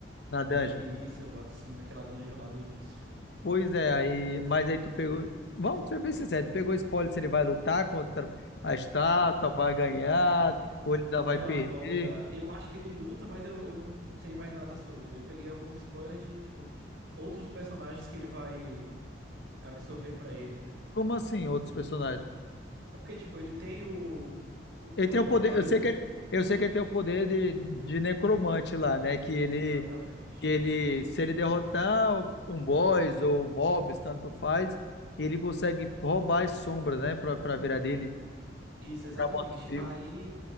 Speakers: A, on the left; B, on the right.
A: Na Dungeon.
B: naquele início lá, sim, naquela dungeon lá do início.
A: Pois é, aí, mas aí tu pegou, vamos ser bem sinceros, tu pegou spoiler se ele vai lutar contra a estátua, vai ganhar, ou ele ainda vai
B: Não,
A: perder.
B: não, o da. Eu acho que ele luta, mas eu, eu não, não sei mais nada sobre. Eu peguei alguns spoilers de, tipo, outros personagens que ele vai absorver pra ele, né?
A: Como assim, outros personagens?
B: É porque, tipo, ele tem o. o,
A: Ele
B: o-
A: tem o poder,
B: agora
A: eu sei
B: eu... en-
A: que Então, ele, eu sei que ele tem o poder de, de necromante lá, né? Que
B: Isso,
A: ele,
B: exatamente.
A: que ele, se ele derrotar um boss ou um mobs, tanto faz, ele consegue roubar as sombras, né? Pra, pra virar dele,
B: Isso, exatamente.
A: virar morto-vivo.
B: Aí